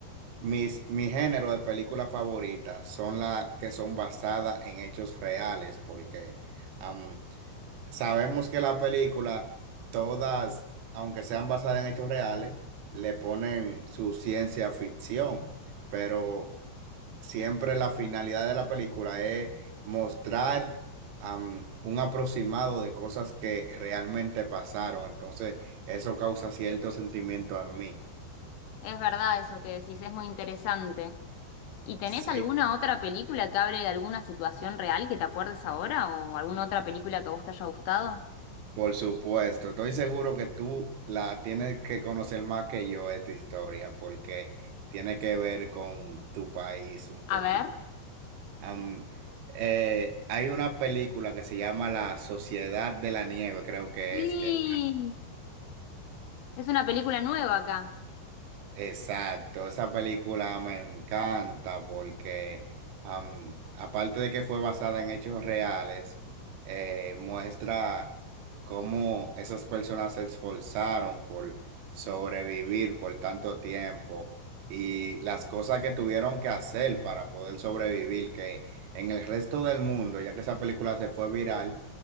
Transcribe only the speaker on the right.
mis, mi género de películas favoritas son las que son basadas en hechos reales, porque am, sabemos que la película, todas, aunque sean basadas en hechos reales, le ponen su ciencia ficción, pero Siempre la finalidad de la película es mostrar am, un aproximado de cosas que realmente pasaron. Entonces, eso causa cierto sentimiento en mí.
Sí.
Por supuesto, estoy seguro que tú la tienes que conocer más que yo esta historia porque tiene que ver con tu país un poquito.
Am, eh, hay una película que se llama La Sociedad de la Nieve, creo que
es que
Exacto, esa película me encanta porque am, aparte de que fue basada en hechos reales, eh, muestra cómo esas personas se esforzaron por sobrevivir por tanto tiempo y las cosas que tuvieron que hacer para poder sobrevivir, que en el resto del mundo, ya que esa película se fue viral,